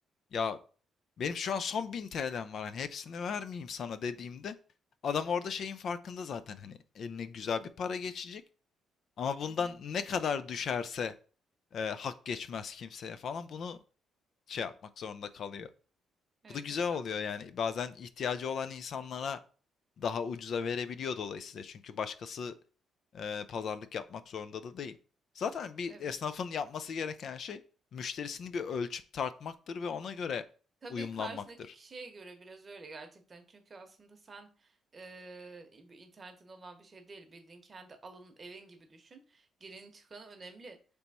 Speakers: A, on the left (about 60°); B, on the right (about 35°).
A: ya benim şu an son 1000 TL'm var. Hani hepsini vermeyeyim sana dediğimde adam orada şeyin farkında zaten hani eline güzel bir para geçecek. Ama bundan
B: Hı hı.
A: ne kadar düşerse e, hak geçmez kimseye falan bunu şey yapmak zorunda kalıyor.
B: Evet
A: Bu da güzel
B: hesaplaması.
A: oluyor yani. Bazen ihtiyacı olan insanlara daha ucuza verebiliyor dolayısıyla. Çünkü başkası eee, pazarlık yapmak zorunda da değil. Zaten bir
B: Evet.
A: esnafın yapması gereken şey müşterisini bir ölçüp tartmaktır ve ona göre
B: Tabii
A: uyumlanmaktır.
B: karşındaki kişiye göre biraz öyle gerçekten. Çünkü aslında sen eee, bir internetin olan bir şey değil. Bildiğin kendi alanın evin gibi düşün. Girin çıkanı önemli.